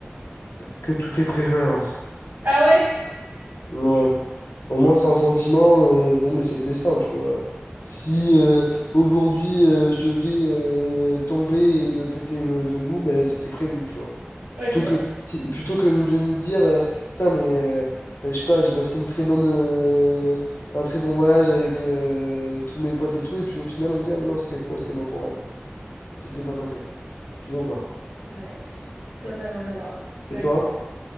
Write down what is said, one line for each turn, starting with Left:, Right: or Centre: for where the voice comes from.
Left: que tout est prévu à l'avance.
Right: Ah ouais?
Left: Ouais. Au moins, c'est un sentiment, euh, bon, mais c'est le destin, tu vois. Si euh, aujourd'hui, euh, je devais euh, tomber et me péter le genou, ben, c'était prévu, tu vois.
Right: Ok.
Left: Plutôt que, si- plutôt que de me dire, euh, putain, mais euh, ben, je sais pas, j'ai passé une très bonne, euh, un très bon voyage avec euh, tous mes potes et tout, et puis au final, on me dit, ah, mais non, c'était faux, c'était dans ton rêve. Ça s'est pas passé. Tu vois ou pas?
Right: Ouais, je suis totalement d'accord. D'accord.
Left: Et toi?